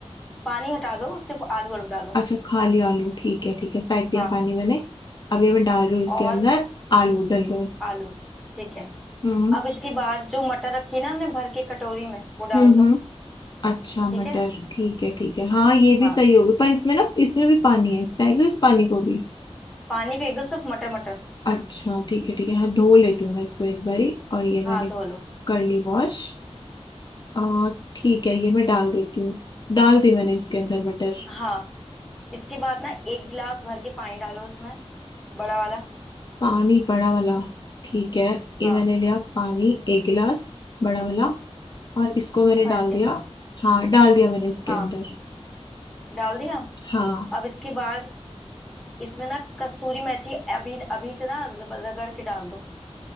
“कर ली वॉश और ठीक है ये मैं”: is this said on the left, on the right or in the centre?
Left